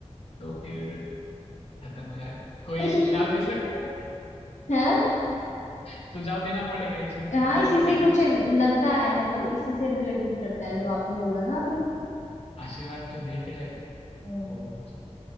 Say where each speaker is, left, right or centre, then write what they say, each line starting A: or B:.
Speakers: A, on the left (about 55°); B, on the left (about 80°).
A: तो फिर खत्म हो जाए कोई
B: <laughs>
A: सुझाव दे सकता है
B: है
A: सुझाव देना पड़ेगा इसमें तो
B: हाँ
A: ये तो
B: इसी
A: थोड़ा कठिन
B: से कुछ लगता है मतलब इसी से रिलेटेड करता है जो आपने बोला ना अभी
A: आशीर्वाद से रिलेटेड है
B: हम्म
A: तो